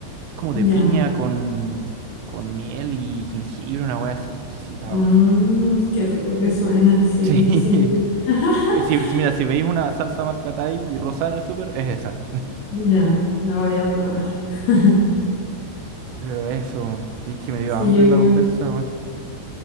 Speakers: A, on the right; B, on the left.
A: Es como de
B: ya.
A: piña con, con miel y jengibre, una wea así exquisita,
B: Mm,
A: weón. <laughs>
B: qué rico que suena, sí,
A: Sí.
B: sí. yo- <laughs>
A: Eh, Si, si- mira, si veis una salsa marca Thai y rosada en el súper, es esa.
B: Ya, la voy a probar. <laughs>
A: Pero eso, sí es que me dio
B: Sí,
A: hambre
B: yo igual.
A: la conversa, weón.